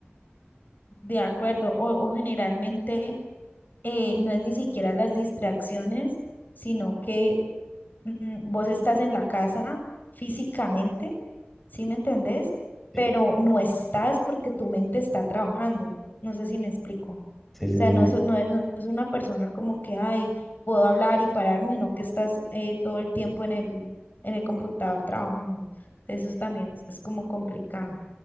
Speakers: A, on the left (about 45°); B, in the centre.
A: De acuerdo, o, o generalmente eh, no es ni siquiera las distracciones, sino que mm, vos estás en la casa físicamente, ¿sí me entendés?
B: Sí,
A: Pero no estás porque tu mente está trabajando. No sé si me explico. O
B: sí, sí.
A: sea, no es, no es, no es una persona como que, ay, puedo hablar y pararme, y no que estás eh, todo el tiempo en el, en el computador trabajando. Entonces, eso también es, es como complicado.